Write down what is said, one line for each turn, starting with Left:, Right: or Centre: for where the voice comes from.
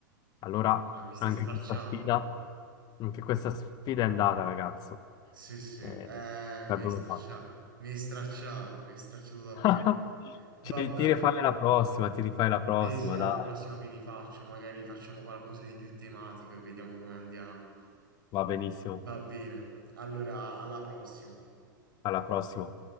Left: Allora,
Right: Madonna, Mi stai
Left: anche
Right: stracciando.
Left: questa sfida, anche questa sfida è andata, ragazzo.
Right: Sì, sì. Eh,
Left: Eh,
Right: mi
Left: l'abbiamo
Right: hai stracciato.
Left: fatta.
Right: Mi hai stracciato, mi hai stracciato davvero.
Left: <laughs>
Right: Vabbè.
Left: Ci- Ti rifai la prossima, ti rifai la prossima,
Right: Sì, sì, alla
Left: dai.
Right: prossima mi rifaccio. Magari facciamo qualcosa di più tematico e vediamo come andiamo.
Left: Va benissimo.
Right: Va bene. Allora, alla prossima.
Left: Alla prossima.